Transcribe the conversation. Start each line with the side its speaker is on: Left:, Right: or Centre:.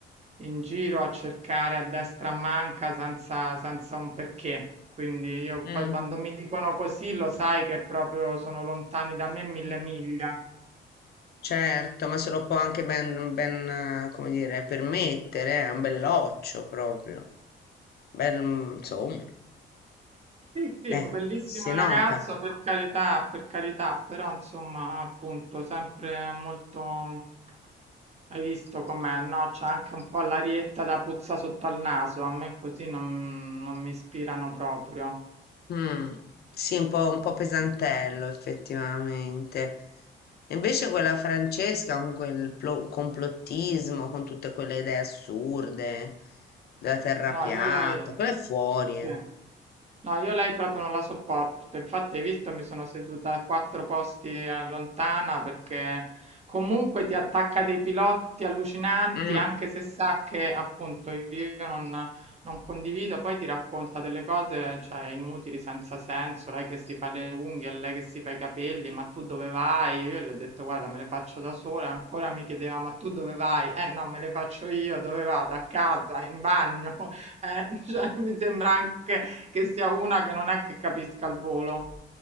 Right: in giro a cercare a destra a manca senza, senza un perché. Quindi io
Left: mm.
Right: poi quando mi dicono così lo sai che proprio sono lontani da me mille miglia.
Left: Certo, ma se lo può anche ben, ben, eh, come dire, permettere, è un belloccio proprio. Bel, insomma,
Right: Sì, sì,
Left: eh,
Right: un bellissimo
Left: si nota.
Right: ragazzo, per carità, per carità, però insomma, appunto, sempre molto... Hai visto com'è, no? C'è anche un po' l'arietta da puzza sotto al naso, a me così non, non mi ispirano proprio.
Left: Mm, sì, un po', un po' pesantello effettivamente. E Invece quella Francesca con quel plo- complottismo, con tutte quelle idee assurde della terra
Right: No,
Left: piatta,
Right: io lei...
Left: quella è fuori.
Right: Sì.
Left: eh.
Right: No, io lei proprio non la sopporto. Infatti, hai visto, mi sono seduta a quattro posti eh, lontana perché comunque ti attacca dei pilotti allucinanti,
Left: Mm.
Right: anche se sa che appunto io non, non condivido. Poi ti racconta delle cose, cioè, inutili, senza senso. Lei che si fa le unghie, lei che si fa i capelli, ma tu dove vai? Io gli ho detto, guarda, me le faccio da sola. Ancora mi chiedeva, ma tu dove vai? Eh no, me le faccio io, dove vado? A casa, in bagno. <laughs> eh, <laughs> cioè, mi sembra anche che sia una che non è che capisca il volo.